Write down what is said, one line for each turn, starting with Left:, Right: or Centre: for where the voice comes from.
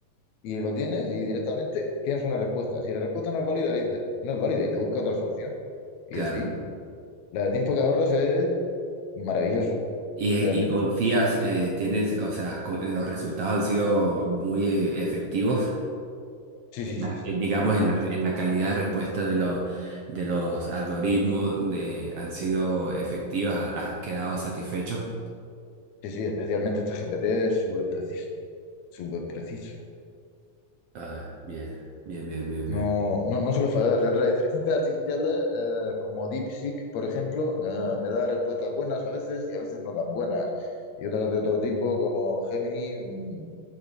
Left: y lo tienes y directamente tienes una respuesta. Si la respuesta no es válida, le dices, no es válida y te busca otra solución. Y
Right: claro.
Left: así, la de tiempo que ahorras es maravilloso,
Right: Y, eh,
Left: realmente.
Right: y confías, eh, tienes, o sea, co- los resultados han sido muy eh, efectivos,
Left: Sí,
Right: en
Left: sí,
Right: la-
Left: sí, sí,
Right: eh, digamos,
Left: totalmente.
Right: en la, en la calidad de respuesta de los, de los algoritmos, de, han sido efectivas, ha- ¿has quedado satisfecho?
Left: Sí, sí, especialmente este GPT es súper preciso, súper preciso.
Right: Ah, bien, bien, bien, bien,
Left: No,
Right: bien.
Left: no, no suele fallar. La otra inteligencia artificial, eh, como DeepSeek, por ejemplo, eh, me da respuestas buenas a veces y a veces no tan buenas. Y otras de otro tipo, como Gemini, mm,